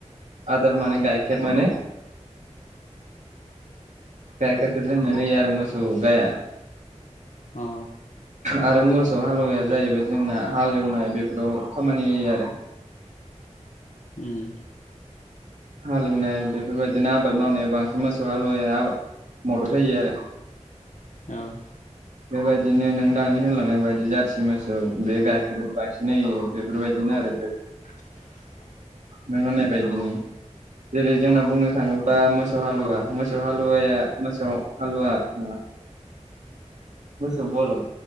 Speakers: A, on the right (about 75°); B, on the left (about 80°).
A: आदार माने गाइखेर माने गाइखेरखौ जोंनो होयो आरो मोसौ गाया
B: औ।
A: आरो मोसौ हालुवाया जाहैबाय जोंना हाल एवनाय बेफोराव खामानि होयो आरो
B: उम।
A: हालेवनाय बेफोरबायदिनो आबाद मावनायाव बांसिन मोसौ हालुवाया मदद होयो आरो
B: औ
A: बेबायदिनो नों दानि होनलांनाय बायदि जारसि मोसौ बे गाइखेर बांसिन होयो बेफोर बिदिनो आरो <unintelligible>
B: <inaudible>
A: नों होननाय बायदिनो जेरै जोंना बुंनो थाङो बा मोसौ हालुवा मोसौ हालुवाया मोसौ हालुवा नङा मोसौ बलद